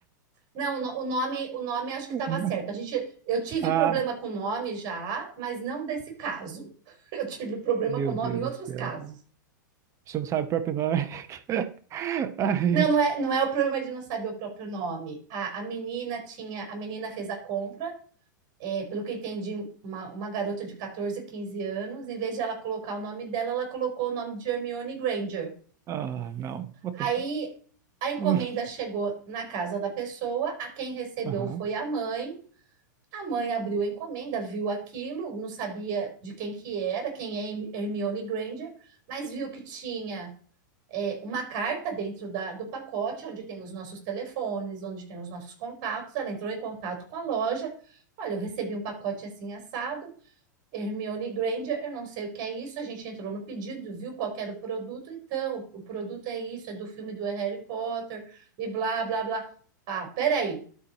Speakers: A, on the right; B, on the right.
A: Não, o no- o nome, o nome acho que
B: <laughs>
A: estava certo. A gente, eu tive
B: Ah,
A: problema com o nome já, mas não desse caso. <laughs> Eu tive problema
B: meu
A: com o nome
B: Deus
A: em outros
B: do céu.
A: casos.
B: Você não sabe o próprio nome. <laughs> Ai.
A: Não, não é, não é o problema de não saber o próprio nome. A, a menina tinha, a menina fez a compra é, pelo que eu entendi, uma, uma garota de 14, 15 anos, em vez de ela colocar o nome dela, ela colocou o nome de Hermione Granger.
B: Ah, não. Puta-
A: Aí a encomenda
B: <laughs>
A: chegou na casa da pessoa, a quem recebeu
B: Aham.
A: foi a mãe. A mãe abriu a encomenda, viu aquilo, não sabia de quem que era, quem é Hermione Granger, mas viu que tinha é, uma carta dentro da, do pacote, onde tem os nossos telefones, onde tem os nossos contatos. Ela entrou em contato com a loja. Olha, eu recebi um pacote assim assado. Hermione Granger, eu não sei o que é isso. A gente entrou no pedido, viu qual que era o produto, então o produto é isso, é do filme do Harry Potter e blá blá blá. Ah, peraí.